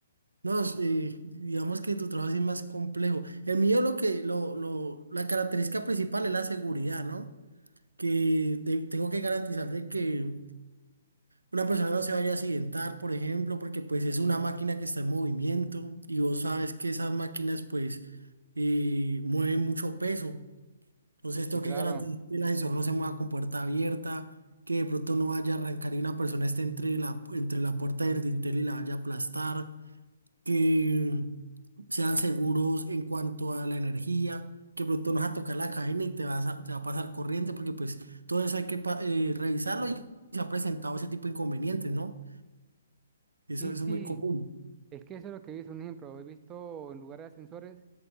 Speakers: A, on the right (about 80°); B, on the right (about 20°).
A: No, es, eh, digamos que tu trabajo sí es más complejo. El mío lo que, lo, lo, la característica principal es la seguridad, ¿no? Que de- tengo que garantizar de que una persona no se vaya a accidentar, por ejemplo, porque pues es una máquina que está en movimiento y vos sabes que esas máquinas pues eh, mueven mucho peso. Entonces tengo
B: sí, claro.
A: que garantizar que el ascensor no se mueva con puerta abierta, que de pronto no vaya a arrancar y una persona esté entre la, entre la puerta del dintel y la vaya a aplastar que sean seguros en cuanto a la energía, que pronto nos vas a tocar la cadena y te vas a, te va a pasar corriente, porque pues todo eso hay que pa- eh, revisarlo y se ha presentado ese tipo de inconvenientes, ¿no? Eso,
B: Sí,
A: eso
B: sí,
A: es muy común.
B: Es que eso es lo que he visto, un ejemplo, he visto en lugares de ascensores